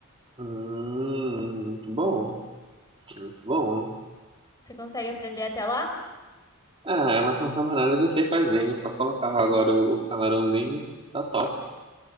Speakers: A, on the right; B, on the left.
A: Hum, muito bom, muito bom, hein?
B: Você consegue aprender até lá?
A: Ah, é uma camarada, eu já sei fazer, eu só colocar agora o o camarãozinho, tá top.